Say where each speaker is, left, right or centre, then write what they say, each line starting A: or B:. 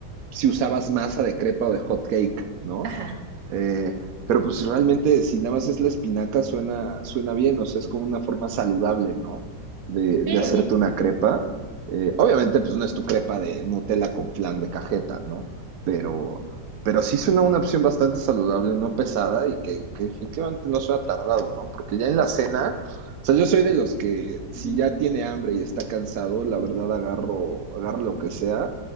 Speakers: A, on the right; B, on the right.
A: si usabas masa de crepa o de hot cake, ¿no?
B: ajá,
A: Eh, pero pues realmente si nada más es la espinaca suena, suena bien, o sea, es como una forma saludable, ¿no? De, de
B: sí.
A: hacerte una crepa. Eh, obviamente pues no es tu crepa de Nutella con flan de cajeta, ¿no? Pero, pero sí suena una opción bastante saludable, no pesada y que, que definitivamente no suena tardado, ¿no? Porque ya en la cena, o sea, yo soy de los que si
B: ujú.
A: ya tiene hambre y está cansado, la verdad agarro, agarro lo que sea